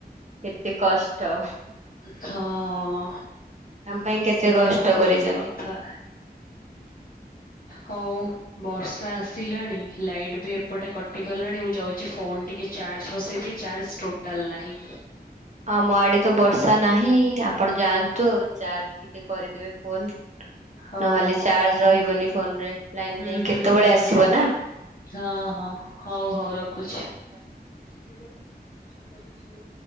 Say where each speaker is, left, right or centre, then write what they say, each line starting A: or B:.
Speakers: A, on the right; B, on the left.
A: କେତେ କଷ୍ଟ
B: ହଁ
A: ଆମ ପାଇଁ କେତେ
B: ସେଇଟା
A: କଷ୍ଟ
B: ହଉଛି
A: କରିଛନ୍ତି।
B: କଥା
A: <inaudible>
B: ହଉ। ବର୍ଷା ଆସିଲାଣି ଲାଇଟ୍ ବି ଏପଟେ କଟିଗଲାଣି ମୁଁ ଯାଉଛି ଫୋନ ଟିକେ ଚାର୍ଜ ବସେଇ ଚାର୍ଜ ଟୋଟଲ ନାହିଁ।
A: ଆମ ଆଡେ ତ ବର୍ଷା ନାହିଁ ଆପଣ ଯାଆନ୍ତୁ ଆଉ ଚାର୍ଜ ଟିକେ କରିଦେବେ ଫୋନ।
B: ହଉ
A: ନହେଲେ
B: ହଉ
A: ଚାର୍ଜ ରହିବନି ଫୋନରେ ଲାଇନ
B: ହୁଁ
A: ଯାଇଁ
B: ହୁଁ
A: କେତେବେଳେ
B: ହୁଁ
A: ଆସିବ ନା।
B: ହଁ ହଁ ହୋଉ ହୋଉ ରଖୁଛି।
A: ଆଚ୍ଛା।
B: ଯାହା କ ଖୁସି ଦେ